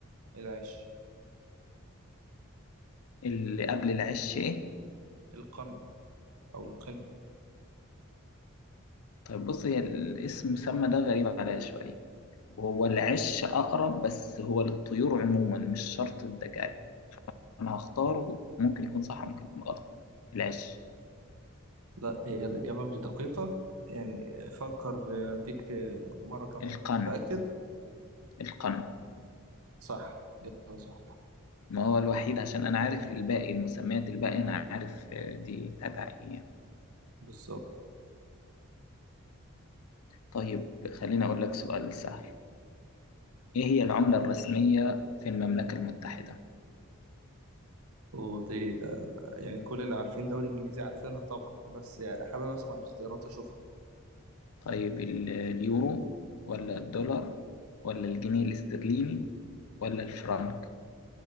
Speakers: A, on the right; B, on the left.
A: العش
B: اللي قبل العش ايه
A: القن او القن
B: طيب بص هي الاسم سمى ده غريب عليا شويه وهو العش اقرب بس هو للطيور عموما مش شرط الدجاج انا هختاره ممكن يكون صح ممكن يكون غلط العش
A: لا هي الإجابة مش دقيقة يعني فكر اديك مرة كمان
B: القنا
A: متأكد
B: القنا
A: صح إجابة صحيحة
B: ما هو الوحيد عشان انا عارف الباقي المسميات الباقي انا عارف آه، دي تبع ايه يعني.
A: بالظبط
B: طيب خليني اقول لك سؤال سهل ايه هي العمله الرسميه في المملكه المتحده
A: ودي ده يعني كل اللي عارفين دوري انجليزي عارفينها طبعا بس يعني حابب اسمع الاختيارات اشوفها
B: طيب ال- اليورو ولا الدولار ولا الجنيه الاسترليني ولا الفرنك